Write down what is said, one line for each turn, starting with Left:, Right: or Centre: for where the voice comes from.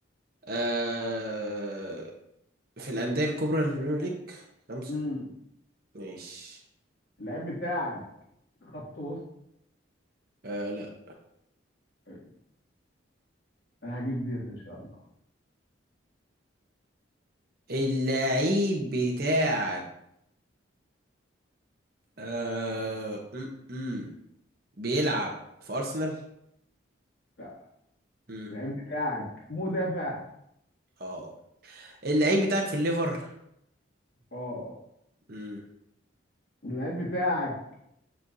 Right: آه في الانديه الكبرى للبريمير ليج خمسه
Left: مم.
Right: ماشي
Left: اللعيب بتاعك خط وسط
Right: آه لا
Left: أه، انا هجيب ديت ان شاء الله
Right: اللعيب بتاعك آه... م -م. بيلعب في أرسنال؟
Left: لا
Right: م.
Left: اللعيب بتاعك مدافع
Right: اه اللعيب
Left: اه
Right: بتاعك في الليفر؟
Left: آه.
Right: م.
Left: اللعيب بتاعك